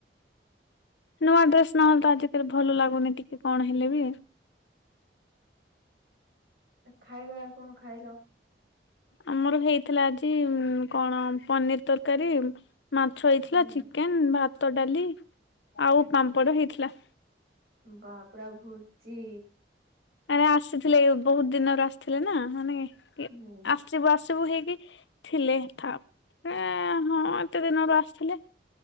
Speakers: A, on the left; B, on the right.
A: ନୂଆ ଡ୍ରେସ ନହେଲେ ତ ଆଜିିକାଲି ଭଲ ଲାଗୁନି ଟିକେ କଣ ହେଲେ ବି?
B: ଖାଇବା କଣ ଖାଇଲ?
A: ଆମର ହେଇଥିଲା ଆଜି କଣ ପନିର ତରକାରୀ ମାଛ ହେଇଥିଲା,
B: ହୁଁ
A: ଚିକେନ, ଭାତ, ଡାଲି ଆଉ ପାମ୍ପଡ଼ ହେଇଥିଲା।
B: ବାପ୍ ରେ ଆଉ ଭୋଜି।
A: ଆରେ ଆସିଥିଲେ ବହୁତ ଦିନରୁ ଆସିଥିଲେ ନା ମାନେ ଆ
B: ହୁଁ
A: ଆସିବୁ ଆସିବୁ ହେଇକି ଥିଲେ ଥାପ୍ ଏ ହଁ ଏତେ ଦିନରୁ ଆସିଥିଲେ।